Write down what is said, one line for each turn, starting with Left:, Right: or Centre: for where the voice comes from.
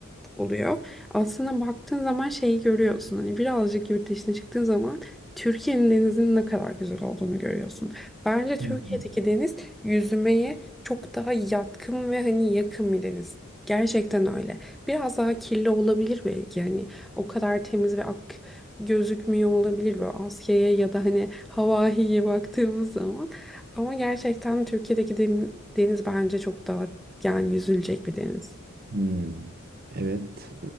Centre: oluyor. Aslında baktığın zaman şeyi görüyorsun. Hani birazcık yurt dışına çıktığın zaman Türkiye'nin denizinin ne kadar güzel olduğunu görüyorsun. Bence Türkiye'deki
Right: Hmm.
Centre: deniz yüzmeye çok daha yatkın ve hani yakın bir deniz. Gerçekten öyle. Biraz daha kirli olabilir belki hani o kadar temiz ve ak gözükmüyor olabilir böyle Asya'ya ya da hani Hawaii'ye baktığımız zaman. Ama gerçekten Türkiye'deki dem- deniz bence çok daha yani yüzülecek bir deniz.
Right: Hmm. Evet.